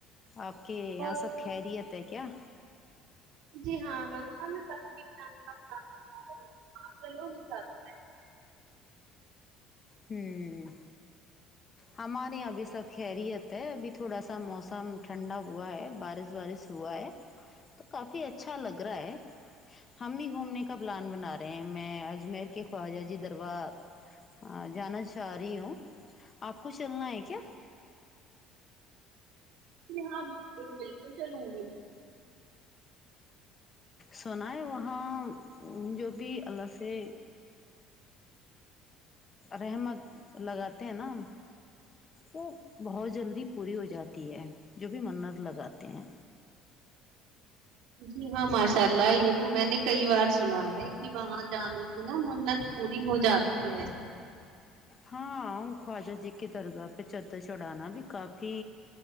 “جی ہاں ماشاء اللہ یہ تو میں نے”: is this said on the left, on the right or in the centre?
Right